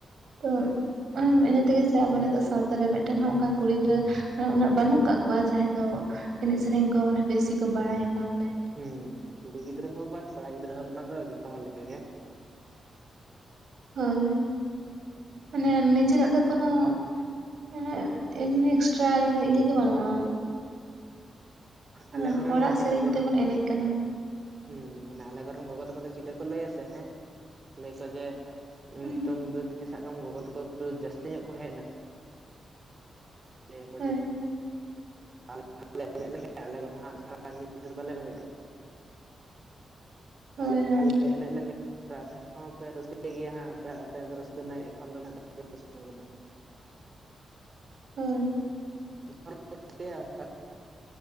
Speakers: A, on the right (about 55°); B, on the right (about 25°).
A: ᱛᱚ ᱤᱱᱟᱹ ᱛᱮᱜᱮ ᱥᱮ ᱟᱵᱚ ᱱᱤᱛᱚᱜ ᱥᱟᱶᱛᱟ ᱨᱮ ᱢᱤᱫᱴᱮᱱ ᱚᱱᱠᱟ ᱠᱩᱲᱤ ᱜᱤᱫᱽᱨᱟᱹ ᱢᱟᱱᱮ ᱩᱱᱟᱹᱜ ᱵᱟᱹᱱᱩᱜ ᱠᱟᱜ ᱠᱚᱣᱟ ᱡᱟᱦᱟᱸᱭ ᱫᱚ ᱮᱱᱮᱡ ᱥᱤᱨᱤᱧ ᱠᱚ ᱢᱟᱱᱮ ᱵᱮᱥᱤ ᱠᱚ ᱵᱟᱲᱟᱭ ᱟᱠᱚ ᱵᱚᱞᱮ
B: ᱦᱚᱸ ᱠᱩᱲᱤ ᱜᱤᱫᱽᱨᱟᱹ ᱦᱚᱸ ᱵᱟᱛ ᱠᱚᱲᱟ ᱜᱤᱫᱽᱨᱟᱹ ᱦᱚᱸ ᱵᱟᱹᱱᱩᱜ ᱠᱚᱣᱟ ᱡᱚᱛᱚ ᱦᱚᱲ ᱞᱮᱠᱟᱜ ᱜᱮ
A: ᱦᱳᱭ ᱢᱟᱱᱮ ᱱᱤᱡᱮᱨᱼᱟᱜ ᱫᱚ ᱠᱚᱱᱚ ᱢᱟᱱᱮ ᱮᱢᱱᱤ ᱮᱠᱥᱴᱨᱟ ᱤᱭᱟᱹ ᱜᱮ ᱵᱟᱹᱱᱩᱜᱼᱟ ᱢᱟᱱᱮ
B: ᱟᱞᱮ ᱠᱚᱨᱮᱱ
A: ᱦᱚᱲᱟᱜ ᱥᱮᱨᱮᱧ
B: ᱜᱚᱜᱚ
A: ᱛᱮᱵᱚᱱ
B: ᱛᱟᱠᱚ
A: ᱮᱱᱮᱡ ᱠᱟᱱᱟ
B: ᱦᱩᱸ ᱢᱟᱱᱮ ᱟᱞᱮ ᱠᱚᱨᱮᱱ ᱜᱚᱜᱚ ᱛᱟᱠᱚ ᱫᱚ ᱪᱮᱫ ᱞᱮᱠᱟ ᱠᱚ ᱞᱟᱹᱭᱼᱟ ᱥᱮ ᱦᱮᱸ ᱞᱟᱹᱭ ᱟᱠᱚ ᱡᱮ ᱱᱤᱛᱳᱝ
A: ᱦᱩᱸ
B: ᱫᱚ ᱡᱩᱫᱤ ᱥᱟᱵ ᱠᱟᱜ ᱢᱮ ᱜᱚᱜᱚ ᱛᱟᱠᱚ ᱮᱠᱴᱩ ᱡᱟᱹᱥᱛᱤ ᱧᱚᱜ ᱠᱚ ᱦᱮᱡ ᱱᱟ ᱞᱟᱹᱭ ᱟᱠᱚ
A: ᱦᱳᱭ
B: ᱡᱮ ᱟᱞᱮ ᱟᱞᱮ ᱞᱟᱦᱟ ᱞᱮ ᱮᱱᱮᱡ ᱞᱮᱱ ᱜᱮ ᱟᱞᱮ ᱠᱚᱫᱚ ᱦᱟᱸᱜ ᱢᱤᱫ ᱧᱤᱫᱟᱹ ᱵᱟᱞᱮ ᱵᱮᱸᱜᱮᱫ ᱠᱟᱜ
A: ᱦᱳᱭ
B: ᱟᱞᱮ ᱞᱟᱦᱟ
A: ᱦᱳᱭ
B: ᱞᱮ ᱮᱱᱮᱡ ᱞᱮᱱ ᱜᱮ ᱟᱯᱮ ᱦᱚᱸᱯᱮ ᱨᱟᱹᱥᱠᱟᱹᱭ ᱜᱮᱭᱟ ᱦᱟᱸᱜ ᱟᱯᱮᱭᱟᱜ ᱫᱚ ᱨᱟᱹᱥᱠᱟᱹ ᱮᱠᱷᱚᱱ ᱫᱚ ᱢᱮᱱᱟᱜ ᱛᱮᱭᱟ ᱥᱚᱢᱚᱭ ᱠᱚᱫᱚ
A: ᱦᱚᱭ
B: <unintelligible>